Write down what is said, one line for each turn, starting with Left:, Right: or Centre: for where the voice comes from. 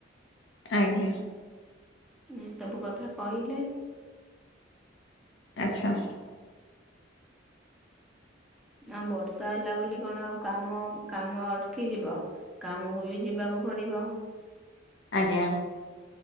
Left: ଆଜ୍ଞା
Centre: ଏ ସବୁ କଥା କହିଲେ।
Left: ଆଚ୍ଛା।
Centre: ଆ ବର୍ଷା ହେଲା ବୋଲି କଣ ଆଉ କାମ କାମ ଅଟକି ଯିବ। କାମକୁ ବି ଯିବାକୁ ପଡିବ।
Left: ଆଜ୍ଞା।